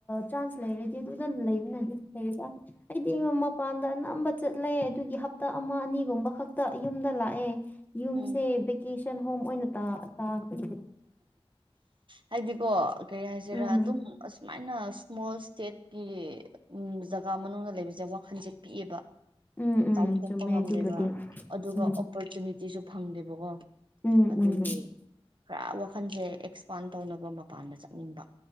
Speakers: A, on the left (about 20°); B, on the right (about 55°).
A: ꯆꯥꯟꯁ ꯂꯩꯔꯦꯗꯤ ꯑꯗꯨꯗ ꯂꯩꯕꯅꯗꯤ ꯂꯩꯗ ꯑꯩꯗꯤꯉꯣꯟ ꯃꯄꯥꯟꯗ ꯑꯅꯝꯕ ꯆꯠꯂꯦ ꯑꯗꯨꯒꯤ ꯍꯞꯇꯥ ꯑꯃ ꯑꯅꯤꯒꯨꯝꯕ ꯈꯛꯇ ꯌꯨꯝꯗ ꯂꯥꯛꯑꯦ ꯑꯦ ꯌꯨꯝꯁꯦ
B: ꯎꯝ
A: ꯚꯦꯀꯦꯁꯟ ꯍꯣꯝ ꯑꯣꯏꯅꯥ ꯇꯥ ꯇꯥꯈ꯭ꯔꯦ
B: ꯍꯥꯏꯗꯤꯀꯣ ꯀꯔꯤ ꯍꯥꯏꯁꯤꯔ
A: ꯎꯝ
B: ꯑꯗꯨꯝ ꯑꯁꯨꯃꯥꯏꯅ ꯏ꯭ꯁꯃꯣꯜ ꯏꯁ꯭ꯇꯦꯠ <unintelligible> ꯖꯒꯥ ꯃꯅꯨꯡꯗ ꯂꯩꯕꯁꯦ ꯋꯥꯈꯜꯁꯦ ꯄꯤꯛꯑꯦꯕ
A: ꯎꯝ ꯎꯝ
B: ꯆꯥꯎꯊꯣꯛꯄ
A: ꯆꯨꯝꯃꯦ
B: ꯉꯝꯗꯦꯕ
A: ꯑꯗꯨꯕꯨꯗꯤ
B: ꯑꯗꯨꯒ
A: ꯎꯝ
B: ꯑꯣꯄꯣꯔꯆꯨꯅꯤꯇꯤꯁꯨ ꯐꯪꯗꯦꯕꯀꯣ
A: ꯎꯝ
B: ꯑꯗꯨꯒꯤ
A: ꯎꯝ
B: ꯈꯔ ꯋꯥꯈꯟꯁꯦ ꯑꯦꯛ ꯋꯥꯟ ꯇꯧꯅꯕ ꯃꯄꯥꯟꯗ ꯆꯠꯅꯤꯡꯕ